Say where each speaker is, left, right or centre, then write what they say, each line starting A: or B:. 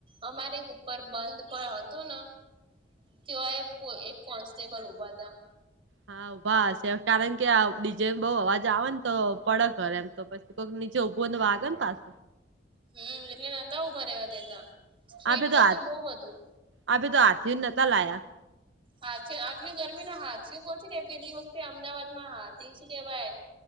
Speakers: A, on the right (about 30°); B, on the right (about 80°).
A: અમારે ઉપર બંધ પણ હતું ન તેઓ એ એક કોન્સ્ટેબલ ઊભા હતા
B: હાભા છે કારણ કે ડીજે બઉ અવાજ આવે ને તો પડે ઘર એમ તો પીછી નીચે ઉભું અંદ વાગ ને પાસ
A: હમ્મ એટલે નતા ઉભા ર રહેવા દેતા. સ્ટ્રીક્ટ
B: આપે આ
A: તો બહ બધું.
B: આપે તો હાથી નતા લાયા
A: હાથી આટલી ગરમી ના હાથીુ કોથી પેલી વખતે અમદાવાદ માં હાથી શું કેવાય